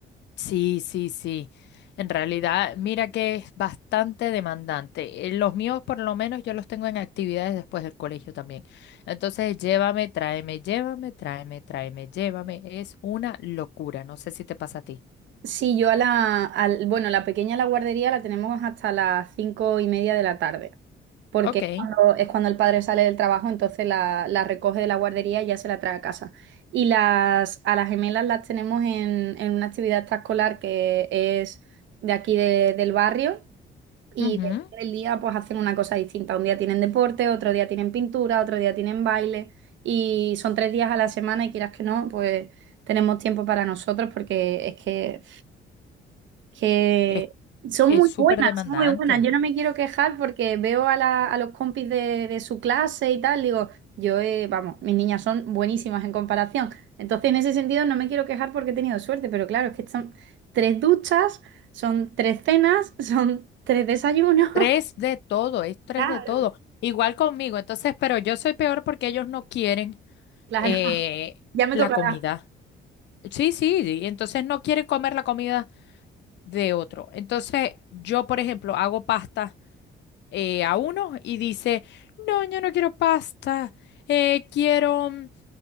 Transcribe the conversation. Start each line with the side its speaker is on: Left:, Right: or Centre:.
Left: Sí, sí, sí. En realidad, mira que es bastante demandante. Eh, Los míos, por lo menos, yo los tengo en actividades después del colegio también. Entonces, llévame, tráeme, llévame, tráeme, tráeme, llévame. Es una locura. No sé si te pasa a ti.
Right: Sí, yo a la, al- bueno, la pequeña la guardería la tenemos hasta las cinco y media de la tarde, porque
Left: Ok.
Right: es cuando, es cuando el padre sale del trabajo, entonces la, la recoge de la guardería y ya se la trae a casa. Y las, a las gemelas las tenemos en, en una actividad extraescolar que es de aquí de- del barrio y
Left: ujú,
Right: depende del día pues hacen una cosa distinta. Un día tienen deporte, otro día tienen pintura, otro día tienen baile y son tres días a la semana y quieras que no, pues tenemos tiempo para nosotros porque es que que
Left: Es,
Right: son
Left: es
Right: muy
Left: súper
Right: buenas,
Left: demandante.
Right: son muy buenas. Yo no me quiero quejar porque veo a, la- a los compis de, de su clase y tal, digo, yo, eh, vamos, mis niñas son buenísimas en comparación. Entonces, en ese sentido, no me quiero quejar porque he tenido suerte, pero claro, es que son tres duchas, son tres cenas, <laughs> son tres desayunos.
Left: Tres
Right: <laughs>
Left: de todo, es tres
Right: Claro.
Left: de todo. Igual conmigo. Entonces, pero yo soy peor porque ellos no quieren
Right: Claro,
Left: eh,
Right: ya me
Left: la
Right: tocará.
Left: comida. Sí, sí, y entonces no quieren comer la comida de otro. Entonces, yo, por ejemplo, hago pasta eh, a uno y dice, no, yo no quiero pasta, eh, quiero mm,